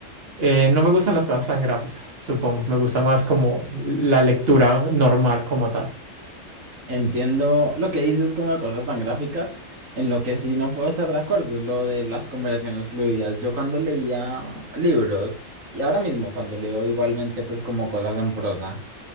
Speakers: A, on the right; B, on the right.
A: Eh, no me gustan las cosas tan gráficas, supongo, me gusta más como la lectura normal como tal.
B: Entiendo lo que dices como de cosas tan gráficas. En lo que sí no puedo estar de acuerdo es lo de las conversaciones fluidas. Yo cuando leía libros y ahora mismo cuando leo igualmente pues como cosas en prosa.